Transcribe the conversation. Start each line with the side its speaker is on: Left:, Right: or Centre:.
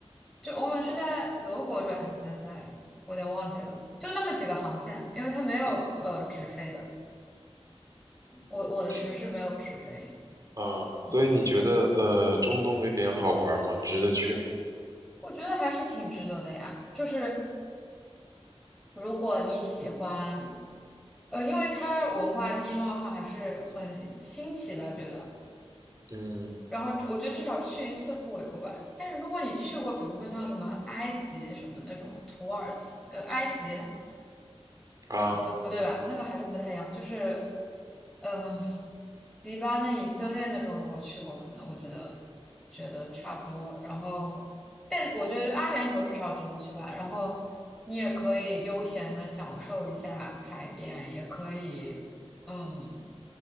Centre: 就我好像是在德国转机的，
Right: 哦，
Centre: 在我有点忘记了，就那么几个航线，因为它没有呃直飞的，
Right: 嗯，
Centre: 我我的城市没有直飞，
Right: 是啊，所以你觉得呃中东那边好玩吗？
Centre: 嗯，
Right: 值得去吗？
Centre: 我觉得还是挺值得的呀。就是如果你喜欢，呃，因为它文化地貌上还是很新奇吧，觉得。
Right: 嗯
Centre: 然后我觉得至少去一次不为过吧。但是如果你去过，比如说像什么埃及什么那种土耳其，呃，埃及。
Right: 啊，
Centre: 呃不不对吧？那个还是不太一样，就是，嗯、迪巴那以色列那种，如果去过，可能我觉得觉得差不多。然后，但我觉得阿联酋至少值得去吧。然后你也可以悠闲的享受一下海边，也可以，嗯，